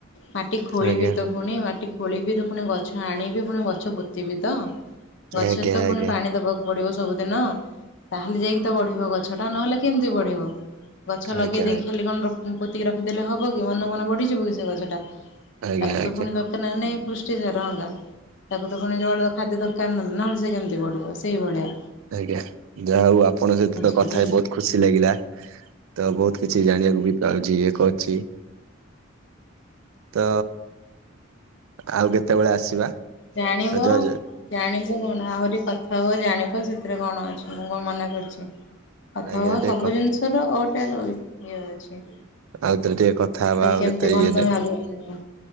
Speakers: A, on the left; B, on the right.
A: ମାଟି ଖୋଳିବି
B: ଆଜ୍ଞା
A: ତ ପୁଣି ମାଟି ଖୋଳିବି ତ ପୁଣି ଗଛ ଆଣିବି ପୁଣି ଗଛ ପୋତିବି ତ। ଗଛରେ
B: ଆଜ୍ଞା ଆଜ୍ଞା
A: ତ ପୁଣି
B: ଆଜ୍ଞା
A: ପାଣି ଦବାକୁ ପଡିବ ସବୁଦିନ ତାହେଲେ ଯାଇକି ତ ବଢିବ ଗଛ ଟା ନହେଲେ କେମିତି ବଢିବ? ଗଛ ଲଗେଇ
B: ଆଜ୍ଞା
A: ଦେଇକି ଖାଲି କଣ ପୋତିକି ରଖିଦେଲେ ହବ କି ମନକୁ ମନ ବଢିଯିବ କି ସେ ଗଛ ଟା?
B: ଆଜ୍ଞା
A: ତାକୁ
B: ଆଜ୍ଞା
A: ତ ପୁଣି ଦର ନଁ ନାଇଁ ପୃଷ୍ଟି ସାର ଅଙ୍ଗା ତାକୁ ତ ପୁଣି ଜଳ ଖାଦ୍ୟ ଦରକାର ନି ନହେଲେ ସେ କେମତି ବଢ ବ ସେଇଭଳିଆ।
B: ଆଜ୍ଞା ଯାହା ହଉ ଆପଣଙ୍କ ସହିତ
A: ସବୁ
B: କଥା ହେଇ ବହୁତ ଖୁସି କିଛି ଲାଗିଲା ତ ବହୁତ କିଛି ଜାଣିବାକୁ ବି ପାଉଚି ଇଏ କରଚି। ତ ଆଉ କେତେବେଳେ ଆସିବା।
A: ଜାଣିବ।
B: ତ ଜୟ ଜୟ
A: ଜାଣିବୁ କଣ ଆହୁରି କଥା ହୁଅ ଜାଣିବ ସେଥିରେ କଣ ଅଛି ମୁଁ କଣ ମନା କରିଚି। କଥା
B: ଆଜ୍ଞା
A: ହ
B: ଟିକେ
A: ସବୁ ଜିନିଷ ର ଗୋଟେ ଇଏ ଅଛି।
B: ଆଉଥରେ ଟିକେ କଥା ହବା ଆଉ
A: କେମିତି
B: କେତେ
A: କଣ
B: ଇଏ ନାଇଁ
A: ତମେ ଆଗକୁ